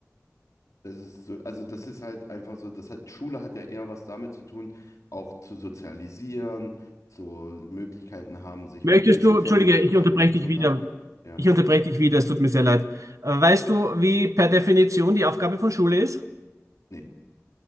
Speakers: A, on the left; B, on the right.
A: Das ist so, also das ist halt einfach so, das hat, Schule hat ja eher was damit zu tun, auch zu sozialisieren, zu Möglichkeiten haben, sich
B: Möchtest
A: mit Menschen
B: du,
A: Vernünftigkeiten
B: entschuldige, ich unterbreche
A: und
B: dich
A: zu unterhalten.
B: wieder.
A: Ja,
B: Ich unterbreche dich wieder, es tut mir sehr leid. Äh, weißt du, wie per Definition die Aufgabe von Schule ist?
A: nee.